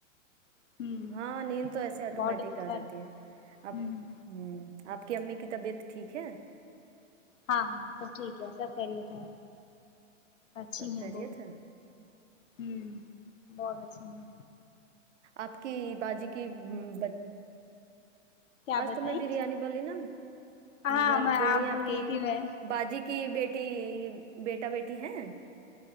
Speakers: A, on the left; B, on the right.
A: ہوں
B: ہاں نیند تو ایسے آٹومیٹک
A: باڈی کو
B: آ
A: تھوڑا
B: جاتی ہے
A: ہوں
B: اب ہوں آپ کی امی کی طبیعت ٹھیک ہے
A: ہاں ہاں سب ٹھیک ہے سب خیریت ہے اچھی
B: سب
A: ہے
B: خیریت
A: وہ ہوں بہت اچھی ہے
B: آپ کی باجی کی بج
A: کیا
B: آج
A: بتائیں
B: تو میں بریانی بول رہی نا
A: ہاں
B: میں
A: آ
B: بول رہی ہ
A: بھول
B: آپ کی
A: گئی تھی میں
B: باجی کی بیٹی بیٹا بیٹی ہیں